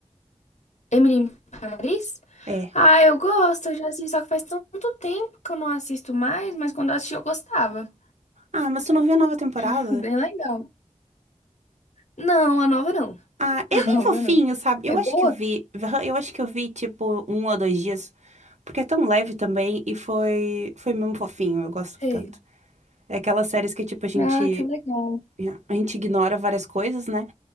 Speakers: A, on the left; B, on the right.
A: Emily em Paris?
B: É.
A: Ah, eu gosto, eu já assisti, só que faz tanto tempo que eu não assisto mais, mas quando eu assisti eu gostava.
B: Ah, mas tu não viu a nova temporada?
A: <laughs> Bem legal. Não, a nova não. <laughs>
B: Ah, é
A: A
B: bem
A: nova
B: fofinho,
A: não.
B: sabe?
A: É
B: Eu
A: boa?
B: acho que eu vi, eu acho que eu vi tipo um ou dois dias, porque é tão leve também e foi, foi mesmo fofinho. Eu gosto
A: Sei.
B: tanto. É aquelas séries que tipo a gente,
A: Ah, que legal.
B: yeah, a gente ignora várias coisas, né,